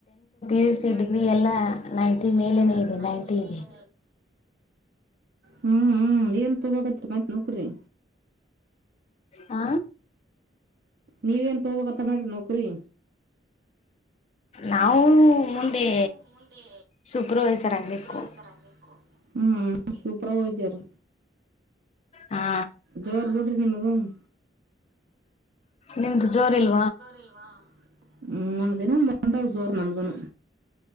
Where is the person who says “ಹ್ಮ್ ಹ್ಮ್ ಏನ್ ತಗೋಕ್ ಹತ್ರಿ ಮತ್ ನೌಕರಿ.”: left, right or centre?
Right